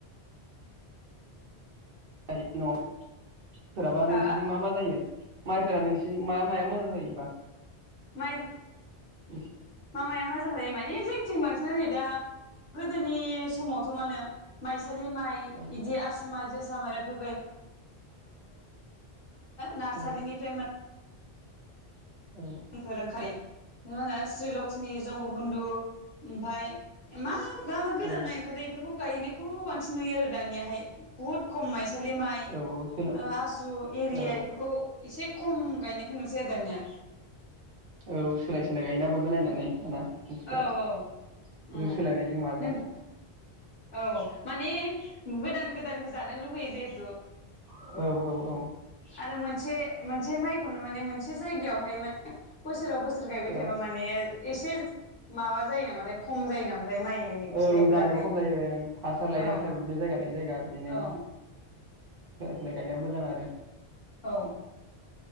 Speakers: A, on the right; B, on the left.
A: थायो न'आव। सोरहाबा
B: हो
A: नोंसोरनिथिं मा मा जायो। माइफोरा नोंसि मा माया मोजां जायोबा?
B: माइ
A: <inaudible>
B: मा माया मोजां जायो माने जोंनिथिं बांसिन आनो नै दा गोदोनि समावथ' मा होनो मायसा थालि माइ
A: औ
B: इदि आसु माइ जोसा <unintelligible> मा ओनो नार्सारिनिफ्राय
A: औ
B: मोन
A: औ
B: फोरोंखाइ मा होनो श्रि लक्ष्मि जंग बन्दु ओमफाय मा मा मा गोदान
A: औ
B: माइ ओंखारदो इफोरखौ गायनायखौ बांसिन नुयो आरो दानियाहाय बुहुत खम माइसि सालि माइ
A: औ औ सोलाय
B: ओ आसु एरियाइफोरखौ
A: औ
B: इसे खम गायनायखौ नुसै आरो दानिया।
A: औ सोलाय सोलाय गायोना बयबो नायनानै दाना। मानसिफोरा
B: औ औ उम
A: जों सोलायनायजों माजों
B: नों औ माने गोदान गोदानबो जानो लुुगैयो जेहेथु
A: औ औ औ
B: आरो मोनसे मोनसे माइखौनो माने मोनसे जायगायावहाय सोराव‌ बो सोर गायबाय
A: औ
B: थायाबा माने इसे माबा जायो नामाथाय खम जायो नामा ओमफ्राय माइनि
A: औ
B: फिथाइफोराहाय।
A: जानायाबो खम जायो हासार लायै
B: औ
A: हासार बिदिनो जायगा लायै जायगा बिदिनो
B: औ
A: सोलाय सोलाय गायनायाव मोजां आरो।
B: औ